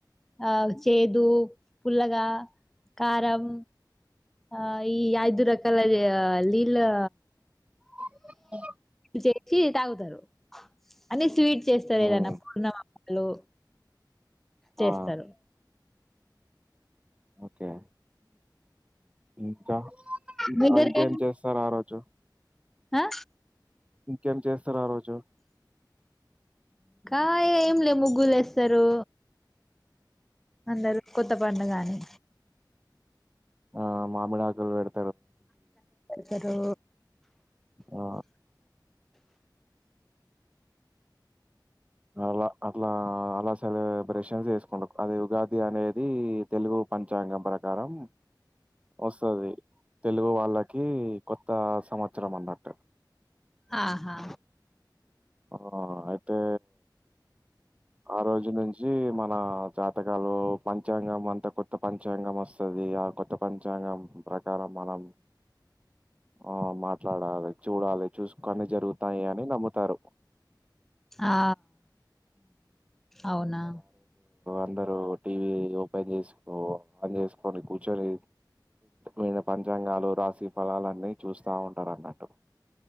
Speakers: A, in the centre; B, on the right.
A: ఆ చేదు పుల్లగా కారం ఆ ఈ యిదూరకాలద లీలా
B: అ
A: చేసి తాగుతారు అన్ని స్వీట్స్ చేస్తారు ఏదన్న
B: ఉమ్
A: పూర్ హలో చేస్తారు
B: ఆ ఓకే ఇంకా
A: మీందరుక
B: ఇంకేం చేస్తారు ఆ రోజు
A: ఆ
B: ఇంకేం చేస్తారు ఆ రోజు
A: అ ఏం లే ముగ్గులు వేస్తారు అందరూ కొత్త బండగానీ
B: ఆ మామిడాకలు వెడు
A: సరు
B: ఆ అలా అట్లా అలా సెలబ్రేషన్స్ చేసుకుంట అది ఉగాది అనేది తెలుగు పంచాంగం ప్రకారం వస్తుది తెలుగు వాళ్ళకి కొత్త సంవత్సరం అన్నట్టు
A: ఆహా
B: ఆ అయితే ఆ రోజు నుంచి మన జాతకాలు పంచాంగం అంత కొత్త పంచాంగం వస్తుంది ఆ కొత్త పంచాంగం ప్రకారం మనం ఆ మాట్లాడాలి చూడాలి చూసుకన్ని జరుగుతాయి అని నమ్ముతారు
A: ఆ అవునా
B: అందరు టీవీ ఓపెన్ చేసుకో ఆన్ చేసుకొని కూర్చొని విన్న పంచాంగాలు రాశి ఫలాలుని అన్నీ చూస్తా ఉంటారు అన్నట్టు